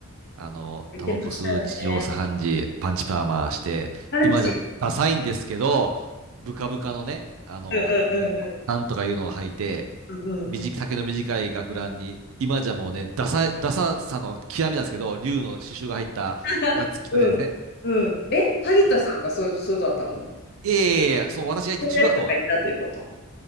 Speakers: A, on the right; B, on the left.
A: あの、
B: 言ってましたよね。
A: タバコ吸う日常茶飯事、パンチパーマして、
B: パンチ。
A: 今じゃダサいんですけど、ブカブカのね、あの、
B: うんうんうんうん。
A: なんとかいうのを履いて、
B: うんうんうん。
A: 短い丈の短い学ランに、今じゃもうね、ダサい、ダサさの極みなんですけど、竜の刺繍が入ったやつ着たでですね、
B: <laughs> うんうん。え、萩田さんがそう、
A: も
B: そうだったのそ
A: う、いやいやいやいや、その私が行った中学校が、
B: ういうやつがいたということ。